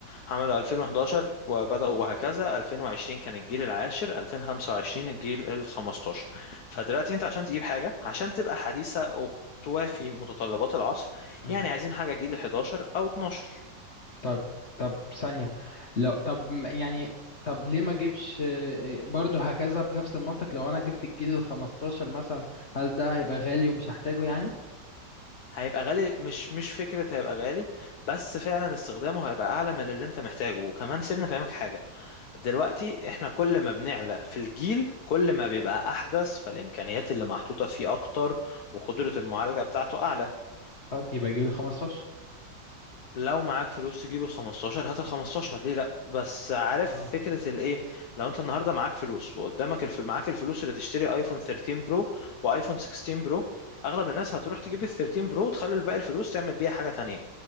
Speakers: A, on the left (about 65°); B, on the left (about 45°).
A: عملوا 2011 وبدأوا وهكذا 2020 كان الجيل العاشر 2025 الجيل ال 15 فدلوقتي
B: اوكي
A: انت عشان تجيب حاجة عشان تبقى حديثة وبتوافي متطلبات العصر
B: مهم.
A: يعني عايزين حاجة جيل 11 أو 12
B: طب طب ثانية لو طب م- يعني طب ليه ما اجيبش آه، برضه هكذا بنفس المنطق لو انا جبت الجيل ال 15 مثلا هل ده هيبقى غالي ومش هحتاجه يعني
A: هيبقى غالي مش مش فكرة هيبقى غالي بس فعلا استخدامه هيبقى أعلى من اللي انت محتاجه وكمان سيبنا فاهمك حاجة دلوقتي احنا كل ما بنعلى في الجيل كل ما بيبقى احدث فالامكانيات اللي محطوطة فيه اكتر وقدرة المعالجة بتاعته اعلى
B: طيب يبقى اجيب ال 15
A: لو معاك فلوس تجيب ال 15 هات ال 15 ليه لا بس عارف
B: اه
A: فكرة الايه لو انت النهاردة معاك فلوس وقدامك الف... معاك الفلوس اللي تشتري ايفون 13 برو وايفون 16 برو اغلب الناس هتروح تجيب ال 13 برو وتخلي الباقي الفلوس تعمل بيها حاجة تانية